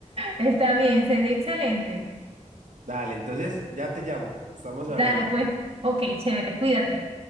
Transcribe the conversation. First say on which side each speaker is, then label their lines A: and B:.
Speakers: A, on the right; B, on the right.
A: está bien, sería excelente.
B: Dale, entonces ya te llamo, estamos hablando.
A: Dale, pues, ok, chévere, cuídate.